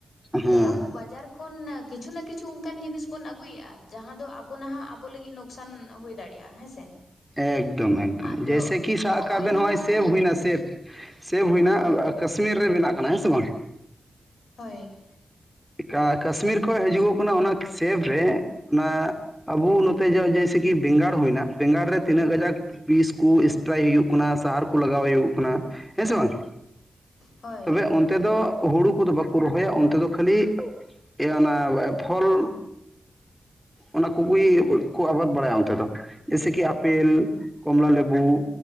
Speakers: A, in the centre; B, on the left.
A: ᱦᱮᱸ
B: ᱛᱚ ᱟᱵᱚ ᱵᱟᱡᱟᱨ ᱠᱷᱚᱱ ᱱᱟᱹ ᱠᱤᱪᱷᱩ ᱱᱟ ᱠᱤᱪᱷᱩ ᱚᱱᱠᱟᱱ ᱡᱤᱱᱤᱥ ᱵᱚᱱ ᱟᱹᱜᱩᱭᱮᱫᱼᱟ᱾ ᱡᱟᱦᱟᱸ ᱫᱚ ᱟᱵᱚ ᱱᱟᱦᱟᱜ ᱟᱵᱚ ᱞᱟᱹᱜᱤᱫ ᱱᱩᱠ ᱥᱟᱱ ᱦᱩᱭ ᱫᱟᱲᱮᱭᱟᱜᱼᱟ ᱦᱮᱸᱥᱮ᱾
A: ᱮᱠᱫᱚᱢ ᱮᱠᱫᱚᱢ
B: ᱟᱫᱚ
A: ᱡᱮᱭᱥᱮᱠᱤ ᱥᱟᱜ ᱠᱟᱜ ᱵᱮᱱ
B: ᱱᱚᱣᱟ
A: ᱱᱚᱜᱼᱚᱭ ᱥᱮᱵᱷ ᱦᱩᱭᱱᱟ ᱥᱮᱯ᱾ ᱥᱮᱵᱷ ᱦᱩᱭᱱᱟ
B: ᱦᱳᱭ
A: ᱟᱹᱵ ᱟᱹ ᱠᱟᱥᱢᱤᱨ ᱨᱮ ᱵᱮᱱᱟᱜ ᱠᱟᱱᱟ ᱦᱮᱸ ᱥᱮ ᱵᱟᱝ?
B: ᱦᱳᱭ᱾
A: ᱠᱟ ᱠᱟᱥᱢᱤᱨ ᱠᱷᱚᱡ ᱦᱤᱡᱩᱜᱚᱜ ᱠᱟᱱᱟ, ᱚᱱᱟ ᱥᱮᱵᱷ ᱨᱮ ᱚᱱᱟ ᱟᱵᱩ ᱱᱚᱛᱮ ᱡᱚᱜ ᱡᱚᱭᱥᱮᱠᱤ ᱵᱮᱸᱜᱟᱲ ᱦᱩᱭᱱᱟ, ᱵᱮᱸᱜᱟᱲ ᱨᱮ ᱛᱤᱱᱟᱹᱜ ᱠᱟᱡᱟᱠ ᱯᱤᱥ ᱠᱚ ᱥᱴᱟᱨᱟᱭ ᱦᱩᱭᱩᱜ ᱠᱟᱱᱟ ᱥᱟᱦᱟᱨ ᱠᱚ ᱞᱟᱜᱟᱣ ᱦᱳᱭᱳᱜ ᱠᱟᱱᱟ᱾ ᱦᱮᱸ ᱥᱮ ᱵᱟᱝ?
B: ᱦᱳᱭ
A: ᱛᱚᱵᱮ
B: ᱦᱳᱭ
A: ᱚᱱᱛᱮ ᱫᱚ ᱦᱩᱲᱩ ᱠᱚᱫᱚ ᱵᱟᱠᱳ ᱨᱚᱦᱚᱭᱟ, ᱚᱱᱛᱮ ᱫᱚ ᱠᱷᱟᱹᱞᱤ ᱮᱭᱟ ᱚᱱᱟ ᱣᱟᱭ ᱯᱷᱚᱞ ᱚᱱᱟ ᱠᱩᱜᱤ ᱵᱟᱸᱫᱽ ᱠᱚ ᱟᱵᱟᱫ ᱵᱟᱲᱟᱭᱟ ᱚᱱᱛᱮ ᱫᱚ ᱡᱮᱭᱥᱮᱠᱤ ᱟᱯᱮᱞ, ᱠᱚᱢᱚᱞᱟ, ᱞᱮᱵᱩ